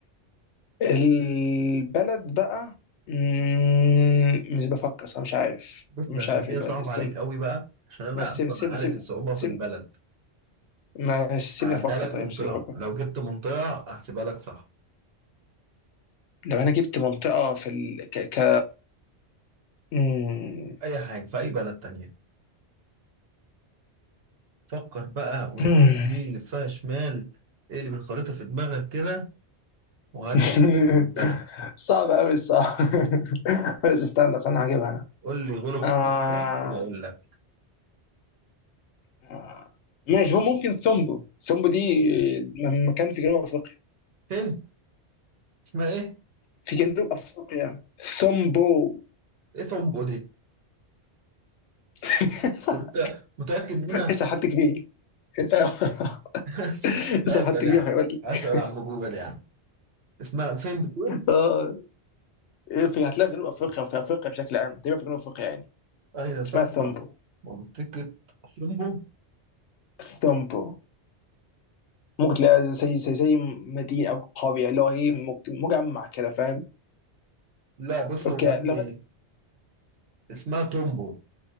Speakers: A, on the left; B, on the right.
A: البلد بقى مم، مش بفكر صح مش عارف
B: بص
A: مش
B: عشان
A: عارف
B: هي
A: البلد
B: صعبة
A: استنى
B: عليك قوي بقى عشان انا
A: ما سيب
B: اصلا
A: سيب
B: عارف
A: سيب
B: الصعوبة
A: سيب
B: في البلد
A: ما سيبني
B: هعديها
A: افكر
B: لك
A: طيب
B: منطقة
A: سيبني افكر
B: لو جبت منطقة هحسبها لك صح
A: لو انا جبت منطقة في ال... ك... ك... مم.
B: اي حاجة في اي بلد تانية فكر بقى ولف
A: مم.
B: يمين لفها شمال اقلب الخريطة في دماغك كده وهات
A: <laughs>
B: لي البلد
A: صعب قوي صعب <laughs> بس استنى استنى هجيبها
B: قول لي غلب
A: انا
B: انا اقول
A: آه...
B: لك
A: آه، ماشي ممكن ثومبو ثومبو دي مكان في جنوب افريقيا
B: هند اسمها ايه؟
A: في جنوب افريقيا ثومبو
B: ايه ثمبو دي؟
A: <laughs>
B: طب انت متأكد منها؟
A: اسال حد كبير <laughs>
B: <laughs> هسأل
A: اسال حد كبير
B: يا عم
A: هيقول لي
B: هسأل عم جوجل يا عم اسمها فين بتقول؟
A: اه في هتلاقيها في جنوب افريقيا وفي افريقيا بشكل عام تقريبا في جنوب افريقيا يعني
B: اين
A: اسمها
B: تقع
A: ثومبو
B: منطقة ثمبو
A: ثومبو ممكن تلاقيها زي زي زي مدينه او قريه اللي هو ايه مج- مجمع كده فاهم
B: لا بص
A: اوكي
B: هو قال
A: لغايه
B: لي اسمها تومبو